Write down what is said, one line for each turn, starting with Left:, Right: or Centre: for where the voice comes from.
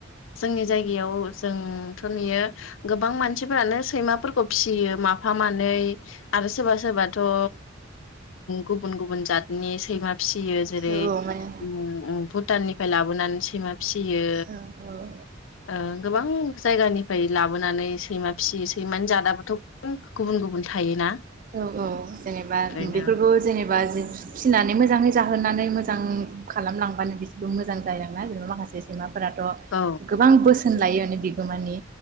Left: जोंनि जायगायाव जोंथ' नुयो गोबां मानसिफोरानो सैमाफोरखौ फियो माफा मानै आरो सोरबा सोरबाथ' ओ गुबुन गुबुन जातनि सैमा फियो जेरै
Right: औ माने
Left: <unintelligible> भुटाननिफ्राय लाबोनानै सैमा फियो
Right: औ औ
Left: ओ गोबां जायगानिफ्राय लाबोनानै सैमा फिसियो सैमानो जादाबोथ' गुबुन गुबुन थायोना
Right: औ औ जेनेबा
Left: ओरैनो
Right: बेफोरखौ जेनेब बा जि फिसिनानै मोजाङै जाहोनानै मोजां खालामलांबानो बिसोरबो मोजां जायोना जेनेबा माखासे सैमा फोराथ'
Left: औ
Right: गोबां बोसोन लायो बिगोमानि